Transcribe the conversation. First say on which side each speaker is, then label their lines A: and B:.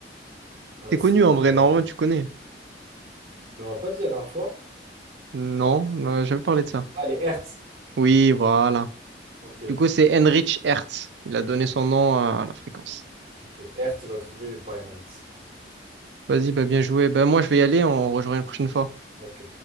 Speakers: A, on the right (about 45°); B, on the right (about 75°).
A: Euh,
B: C'est
A: c'est
B: connu
A: les.
B: en vrai,
A: euh,
B: normalement tu connais.
A: Mais on m'a pas dit la dernière fois.
B: Non, on n'a jamais parlé de ça.
A: Ah, les Hertz.
B: Oui, voilà.
A: Ok.
B: Du coup, c'est Heinrich Hertz. Il a donné son nom à la fréquence.
A: Ok. Hertz, j'aurais trouvé, mais pas Henritz.
B: Vas-y, bah bien joué. Bah moi, je vais y aller, on rejoint une prochaine fois.
A: Ok.